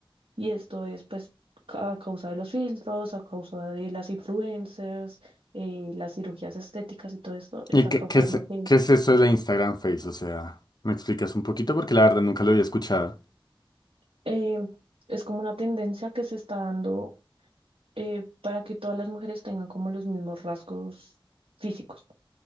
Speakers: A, on the right; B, on the left.
A: Y esto es pues ca- a causa de los filtros, a causa de las influencers, eh, las cirugías estéticas y todo esto está
B: ¿Y qué,
A: causando
B: qué es,
A: que
B: qué es eso de la Instagram Face? O sea, ¿me explicas un poquito? Porque la verdad nunca lo había escuchado.
A: eh, es como una tendencia que se está dando eh, para que todas las mujeres tengan como los mismos rasgos físicos.